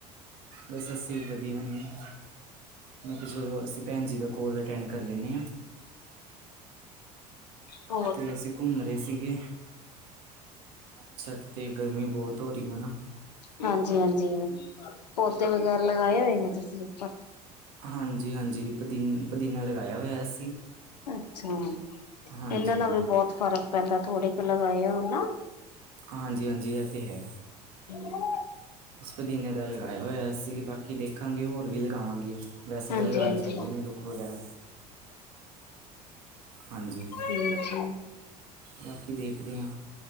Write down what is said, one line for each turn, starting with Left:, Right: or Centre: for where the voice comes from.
Right: ਬਸ, ਅਸੀਂ ਵੀ ਵਧੀਆ ਨੇ। ਮੈਂ ਕਿਹਾ ਚਲੋ, ਅਸੀਂ ਭੈਣ ਜੀ ਦਾ ਕੋਲ ਅਟੈਂਡ ਕਰ ਲੈਂਦੇ ਹਾਂ।
Left: ਹੋਰ।
Right: ਅਤੇ ਅਸੀਂ ਘੁੰਮ ਰਹੇ ਸੀਗੇ ਛੱਤ ਤੇ ਗਰਮੀ ਬਹੁਤ ਹੋ, ਰਹੀ ਹੈ ਨਾ।
Left: ਹਾਂਜੀ, ਹਾਂਜੀ। ਪੌਦੇ ਵਗੈਰਾ ਲਗਾਏ ਹੋਏ ਨੇ? ਤੁਸੀਂ ਉੱਪਰ।
Right: ਹਾਂਜੀ ਹਾਂਜੀ ਪੁਦੀਨ ਪੁਦੀਨਾ ਲਗਾਇਆ ਹੋਇਆ ਅਸੀਂ
Left: ਅੱਛਾ।
Right: ਹਾਂਜੀ
Left: ਇਹਨਾਂ ਨਾਲ ਵੀ ਬਹੁਤ ਫਰਕ ਪੈਂਦਾ। ਥੋੜੇ ਕੁ ਲਗਾਏ ਹੋਨ ਨਾ।
Right: ਹਾਂਜੀ- ਹਾਂਜੀ, ਇਹ ਤਾਂ ਹੈ।
Left: ਹੂੰ।
Right: ਬਸ, ਪਦੀਨੇ ਦਾ ਲਗਾਇਆ ਹੋਇਆ ਸੀਂ। ਬਾਕੀ ਦੇਖਾਂਗੇ ਹੋਰ ਵੀ ਲਗਾਵਾਂਗੇ। ਵੈਸੇ,
Left: ਹਾਂਜੀ
Right: ਤਾਂ ਲਗਾਉਣੇ
Left: ਹਾਂਜੀ
Right: ਚਾਹੀਦੇ ਨੇ, ਰੁੱਖ ਵਗੈਰਾ। ਹਾਂਜੀ
Left: ਠੀ- ਠੀ
Right: ਬਾਕੀ, ਦੇਖਦੇ ਆ।